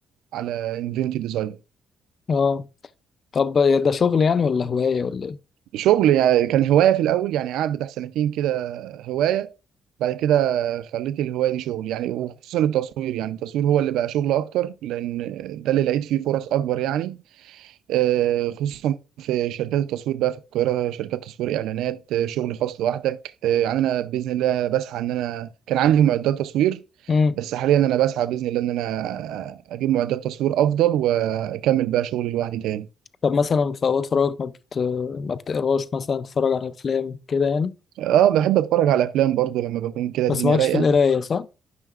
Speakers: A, on the right; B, on the left.
A: على انفنتي ديزاين
B: اه طب ده شغل يعني ولا هواية ولا
A: شغل يعني كان هوايه في الاول يعني قعد بتاع سنتين كده هوايه بعد كده خليت الهواية دي شغل يعني وخصوصا التصوير يعني التصوير هو اللي بقى شغل أكتر لأن ده اللي لقيت فيه فرص أكبر يعني آه، خصوصا في شركات التصوير بقى في القاهرة شركات تصوير إعلانات آه، شغل خاص لوحدك آه، يعني أنا بإذن الله بسعى إن أنا كان عندي معدات تصوير
B: ايه
A: بس حاليا أنا بسعى بإذن الله إن أنا أجيب معدات تصوير أفضل وأكمل بقى شغلي لوحدي تاني
B: طب مثلا في اوقات فراغك ما بت... ما بتقراش مثلا تتفرج على افلام كده يعني
A: أه بحب أتفرج على أفلام برضو لما بكون كده الدنيا
B: بس مالكش
A: رايقة
B: في القرايه صح